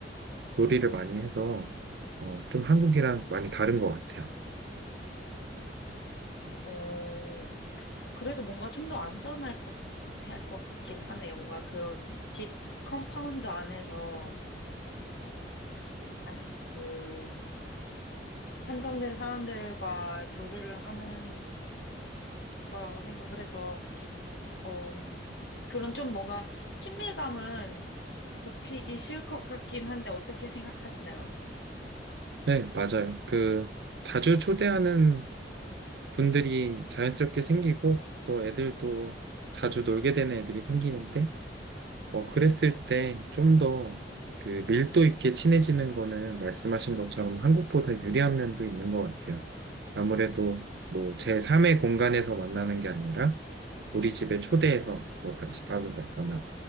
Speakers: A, on the right; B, on the left.
A: 놀이를 많이 해서 어, 좀 한국이랑 많이 다른 것 같아요.
B: 어, 그래도 뭔가 좀 더 안전할 것, 할 것 같긴 하네요. 뭔가 그런 집 컴파운드 안에서 안, 그, 한정된 사람들과 교류를 하는 거라고 생각을 해서, 어, 그런 좀 뭔가 친밀감은 높이기 쉬울 것 같긴 한데 어떻게 생각하시나요?
A: 네, 맞아요. 그 자주 초대하는 분들이 자연스럽게 생기고 또 애들도
B: 음.
A: 자주 놀게 되는 애들이 생기는데 어, 그랬을 때 좀 더 그 밀도 있게 친해지는 거는 말씀하신 것처럼 한국보다 유리한 면도 있는 것 같아요. 아무래도 뭐 제3의 공간에서 만나는 게 아니라 우리 집에 초대해서 뭐 같이 밥을 먹거나